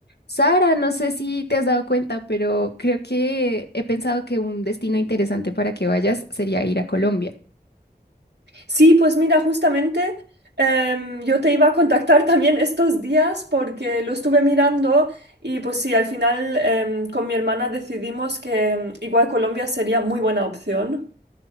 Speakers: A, on the left (about 75°); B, on the right (about 85°).
A: Sara, no sé si te has dado cuenta, pero creo que he pensado que un destino interesante para que vayas sería ir a Colombia.
B: Sí, pues mira, justamente em, yo te iba a contactar <laughs> también estos días porque lo estuve mirando y pues sí, al final em, con mi hermana decidimos que em, igual Colombia sería muy buena opción.